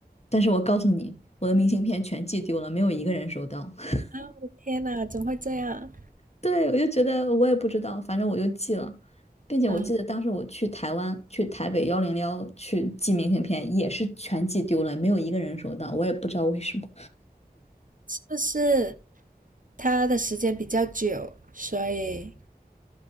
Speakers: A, on the left; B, on the right.
A: 但是我告诉你，我的明信片全寄丢了，没有一个人收到。<laughs>
B: 啊，我的天呐，怎么会这样？
A: 对，我就觉得我也不知道，反正我就寄了，并且我记得当时我去台湾，
B: 啊，
A: 去台北幺零幺去寄明信片，也是全寄丢了，没有一个人收到，我也不知道为什么，
B: 是不是他的时间比较久，所以